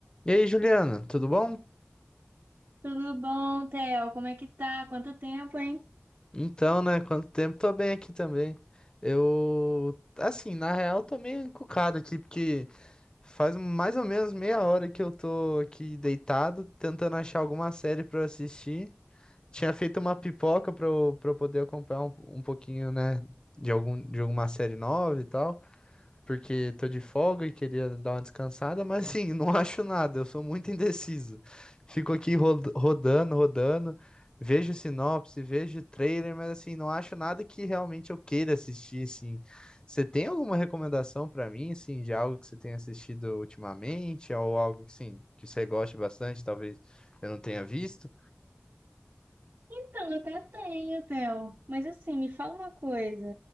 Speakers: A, on the left; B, on the right.
A: E aí, Juliana, tudo bom?
B: Tudo bom, Theo? Como é que tá? Quanto tempo, hein?
A: Então, né? Quanto tempo? Tô bem aqui também. Eu, assim, na real, tô meio encucado aqui, porque faz mais ou menos meia hora que eu tô aqui deitado, tentando achar alguma série pra eu assistir. Tinha feito uma pipoca pra eu, pra eu poder acompanhar um, um pouquinho, né, de algum, de alguma série nova e tal. porque tô de folga e queria dar uma descansada, mas assim, <laughs> não acho nada, eu sou muito indeciso. Fico aqui ro- rodando, rodando, vejo sinopse, vejo trailer, mas assim, não acho nada que realmente eu queira assistir, assim. Você tem alguma recomendação pra mim, assim, de algo que você tenha assistido ultimamente, ou algo que, sim, que você goste bastante, talvez eu não tenha visto?
B: Então, eu até tenho, Theo. Mas assim, me fala uma coisa.